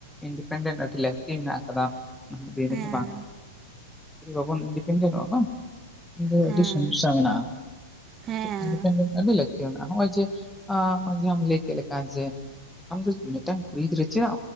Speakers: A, in the centre; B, on the right.
A: ᱤᱱᱰᱤᱯᱮᱱᱰᱮᱱᱴ ᱟᱹᱰᱤ ᱞᱟᱹᱠᱛᱤ ᱢᱮᱱᱟᱜ ᱟᱠᱟᱫᱟ ᱱᱟᱦᱟᱸᱜ ᱫᱤᱱ
B: ᱦᱮᱸ
A: ᱨᱮ ᱦᱚᱸ ᱵᱟᱝ᱾ ᱡᱩᱫᱤ ᱵᱟᱵᱚᱱ ᱤᱱᱰᱤᱯᱮᱱᱰᱮᱱᱚᱜᱼᱟ ᱵᱟᱝᱼᱼ ᱠᱤᱱᱫᱩ
B: ᱦᱮᱸ
A: ᱟᱹᱰᱤ ᱥᱚᱢᱚᱥᱥᱟ ᱢᱮᱱᱟᱜᱼᱟ
B: ᱦᱮᱸ
A: ᱠᱤᱱᱛᱩᱠ ᱤᱱᱰᱤᱯᱮᱱᱰᱮᱱᱴ ᱟᱹᱰᱤ ᱞᱟᱹᱠᱛᱤᱼᱼ ᱛᱤ ᱢᱮᱱᱟᱜᱼᱟ ᱦᱚᱸᱜᱼᱚᱭ ᱡᱮ ᱟ ᱦᱚᱸᱜᱼᱚᱭ ᱡᱮ ᱟᱢ‌ ᱞᱟᱭ ᱠᱮᱜ ᱞᱮᱠᱼᱼ ᱟᱸᱻ ᱡᱮ ᱟᱢ ᱫᱚ ᱢᱤᱫᱴᱟᱝ ᱠᱩᱲᱤ ᱜᱤᱫᱽᱨᱟᱹ ᱪᱮᱫᱟᱜ